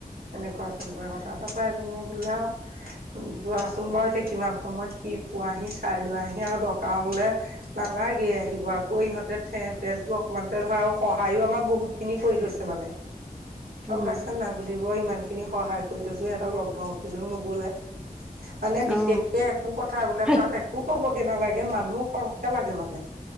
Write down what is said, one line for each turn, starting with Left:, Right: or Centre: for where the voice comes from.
Right: এনেকুৱা তেনেকুৱা কথা তাৰ পৰা এজনে বোলে আৰু যোৱাচোন বাৰু এতিয়া কিমান সময়ত কি পোৱাহি চাই লৈ আহি আৰু দৰকাৰ হ'লে নালাগে আহিব আকৌ ইহঁতে ঠেহ ফেচবোৰ অকনমান ধৰা আৰু সহায়ো আমাক বহুত খিনি কৰি থৈছে মানে। গম
Centre: উম
Right: পাইছা নে নাই বুলিবই ইমান খিনি সহায় কৰি থৈছো সিহঁতক লগ ধতেনেও <unintelligible> নগ'লে। মানে বিশেষকে
Centre: অ
Right: একো কথা বোলে
Centre: সেই
Right: তাত একো ক'বগে নালাগে মানুহ সৰহকে লাগে মানে।